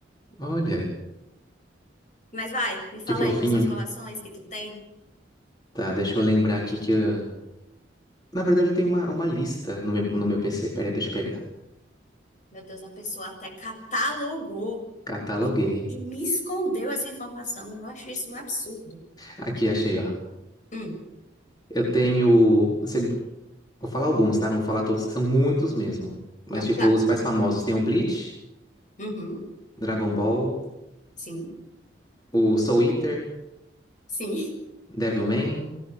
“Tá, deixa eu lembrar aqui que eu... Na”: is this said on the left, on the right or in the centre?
Left